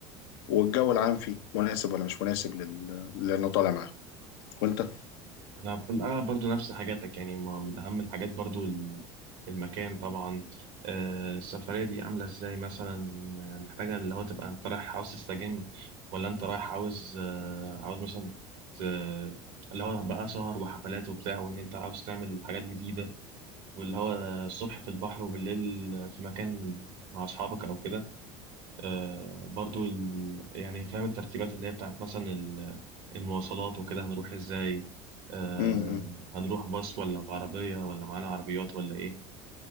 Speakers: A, on the left; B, on the right.
A: والجو العام فيه مناسب ولا مش مناسب لل- للي أنا طالع معاه وأنت؟
B: أنا في الأغلب برضو نفس حاجاتك يعني ما من أهم الحاجات برضو ال- المكان طبعا آه، السفرية دي عاملة إزاي مثلا آه، محتاجة اللي هو تبقى أنت رايح عاوز تستجم ولا أنت رايح عاوز آه، عاوز مثلا ت- اللي هو بقى سهر وحفلات وبتاع وإن أنت عاوز تعمل حاجات جديدة واللي هو الصبح في البحر وبالليل في مكان مع أصحابك أو كده آه، برضو ال... يعني فاهم الترتيبات اللي هي بتاعت مثلا ال- المواصلات وكده هنروح ازاي آه،
A: م- م.
B: هنروح باص ولا بعربية ولا معانا عربيات ولا ايه